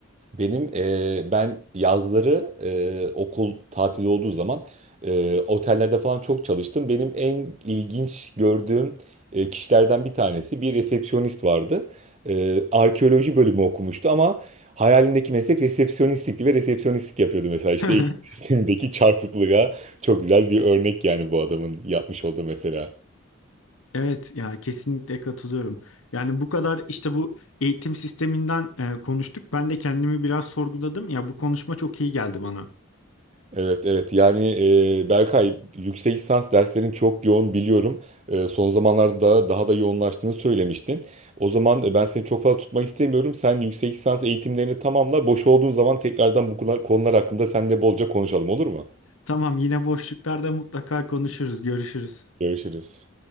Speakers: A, on the right (about 30°); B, on the left (about 75°).
A: Benim e, ben yazları e, okul tatili olduğu zaman e, otellerde falan çok çalıştım. Benim en ilginç gördüğüm e, kişilerden bir tanesi bir resepsiyonist vardı. E, arkeoloji bölümü okumuştu ama hayalindeki meslek resepsiyonistlikti ve resepsiyonistlik yapıyordu mesela işte
B: <laughs>
A: eğitim <laughs> sistemindeki çarpıklığa çok güzel bir örnek yani bu adamın yapmış olduğu mesela.
B: Evet ya kesinlikle katılıyorum. Yani bu kadar işte bu eğitim sisteminden e, konuştuk. Ben de kendimi biraz sorguladım. Ya bu konuşma çok iyi geldi bana.
A: Evet evet yani e, Berkay yüksek lisans derslerin çok yoğun biliyorum. E, son zamanlarda daha da yoğunlaştığını söylemiştin. O zaman e, ben seni çok fazla tutmak istemiyorum. Sen yüksek lisans eğitimlerini tamamla. Boş olduğun zaman tekrardan bu konular, konular hakkında seninle bolca konuşalım olur mu?
B: Tamam yine boşluklarda mutlaka konuşuruz, görüşürüz.
A: Görüşürüz.